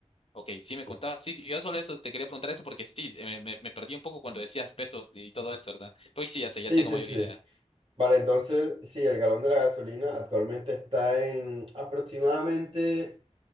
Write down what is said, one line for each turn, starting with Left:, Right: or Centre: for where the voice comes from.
Left: Ok, sí me
Right: sí.
Left: contabas. Sí, sí, yo solo eso te quería preguntar eso porque sí, me, me- me perdí un poco cuando decías pesos y todo eso, ¿verdad? Pues sí, ya sé,
Right: Sí,
Left: ya tengo
Right: sí,
Left: mayor
Right: sí,
Left: idea.
Right: sí. Vale, entonces, sí, el galón de la gasolina actualmente está en aproximadamente